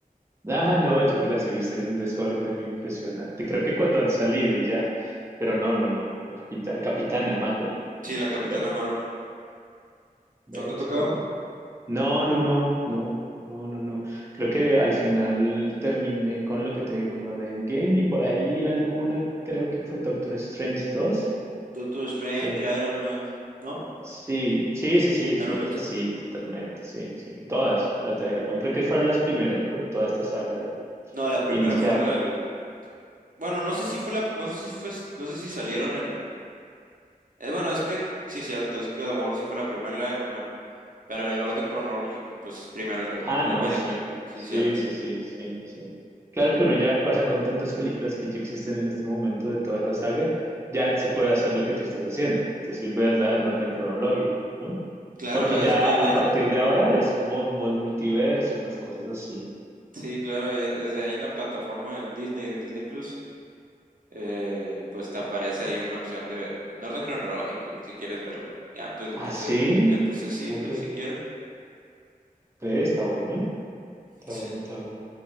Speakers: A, on the right; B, on the right.
A: ah, no, yo me las he visto en un desorden impresionante. Creo que cuando han salido y ya, pero no, no, no, el Capitán, Capitana Marvel,
B: Sí, la Capitana
A: ve,
B: Marvel.
A: ve,
B: ¿No te ha
A: chévere.
B: tocado?
A: No, no, no, no, no, no, no. Creo que al final terminé con lo que te digo, con lo de Endgame y por ahí alguna, creo que fue Doctor Strange 2.
B: Doctor Strange,
A: Enton-
B: Iron Man, ¿no?
A: sí, sí, sí, sí, sí,
B: Iron
A: Esas
B: Man sí
A: sí, totalmente, sí, sí. Todas las de Iron Man, creo que fueron las primeras, ¿no? De toda esta saga de,
B: No, la primera
A: que iniciaron.
B: fue la del- Bueno, no sé si fue la, no sé si fue, no sé si salieron en. eh, bueno, es que sí, cierto, es que a lo mejor sí fue la primera la Iron Man, pero el orden cronológico, pues primero el Capitán
A: Ah, no,
B: América,
A: sí,
B: ¿no? Sí,
A: sí,
B: cierto.
A: sí, sí, sí, sí. Claro que uno ya, o sea, con tantas películas que ya existen en este momento de toda esa saga, ya se puede hacer lo que tú estás haciendo, es decir, verla en orden cronológico, ¿no?
B: Claro,
A: Porque
B: es
A: ya
B: que ya,
A: a partir de ahora es como muy multiverso y más cosas así.
B: sí, claro, eh, desde ahí en la plataforma del Disney, el Disney Plus. eh, pues te aparece ahí una opción de en orden cronológico, si quieres verlo. Ya, pues le
A: Ah,
B: puse,
A: sí,
B: le puse sí,
A: Uf,
B: pues sí quiero.
A: ve, está bueno. Está
B: Sí.
A: bueno, está bueno.